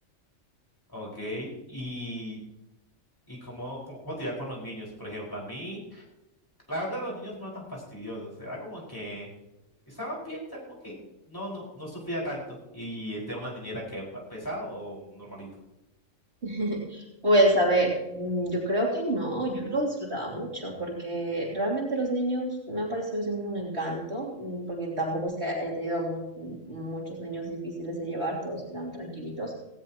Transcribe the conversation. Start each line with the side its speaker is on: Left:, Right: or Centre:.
Left: Ok, y, y cómo, cómo, cómo te iba con los niños, por ejemplo, a mí, la verdad los niños no eran tan fastidiosos, era como que estaban bien, o sea, como que no, no, no sufría tanto. Y el tema de la niñera, que pesado o normalito?
Right: <laughs> Pues a ver, mm, yo creo que no, yo lo disfrutaba mucho porque realmente los niños me han parecido siempre un encanto, mm, porque tampoco es que haya tenido mu- mm, muchos niños difíciles de llevar, todos eran tranquilitos